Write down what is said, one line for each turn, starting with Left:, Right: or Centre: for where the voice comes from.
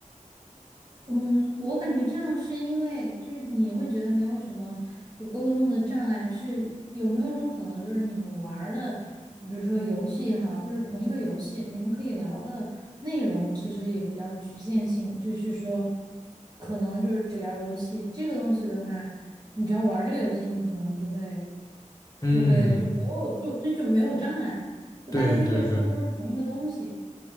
Right: 嗯，我感觉这样是因为就是你会觉得没有什么就沟通的障碍，是有没有一种可能就是你们玩儿的，比如说游戏哈，就是同一个游戏，你们可以聊的内容其实也比较局限性，就是说可能就是只聊游戏这个东西的话，你只要玩儿这个游戏，你可能就会
Left: 嗯，
Right: 就会就没有就对就没有障碍，就大家因为说的都是同一个东西。
Left: 对对对。